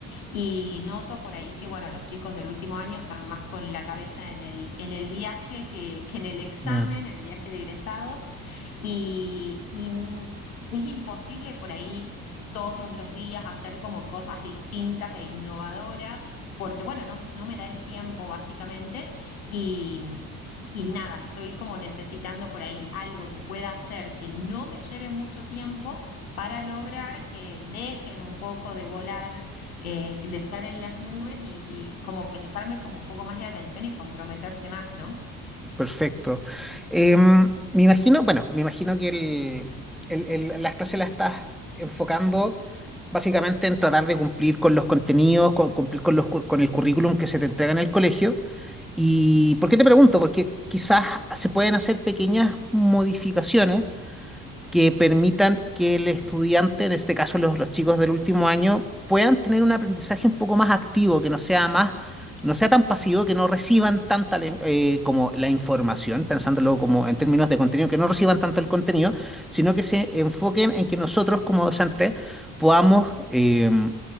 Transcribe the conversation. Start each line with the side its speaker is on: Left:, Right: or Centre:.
Left: Y noto por ahí que, bueno, los chicos del último año están más con la cabeza en el, en el viaje que, que en el examen,
Centre: ujú.
Left: en el viaje de egresados. Y, y n- es imposible por ahí todos los días hacer como cosas distintas e innovadoras, porque, bueno, no, no me da el tiempo básicamente. Y, y nada, estoy como necesitando por ahí algo que pueda hacer que no me lleve mucho tiempo para lograr que dejen un poco de volar eh, de estar en las nubes y, y como prestarme como un poco más de atención y comprometerse más, ¿no?
Centre: Perfecto. Em, me imagino, bueno, me imagino que el, el- el- las clases las estás enfocando básicamente en tratar de cumplir con los contenidos, con- cumplir con los, cu- con el currículum que se te entrega en el colegio. ¿Y por qué te pregunto? Porque quizás se pueden hacer pequeñas modificaciones que permitan que el estudiante, en este caso los, los chicos del último año, puedan tener un aprendizaje un poco más activo, que no sea más, no sea tan pasivo, que no reciban tanta la in- eh, como la información, pensándolo como en términos de contenido, que no reciban tanto el contenido, sino que se enfoquen en que nosotros como docentes podamos eh,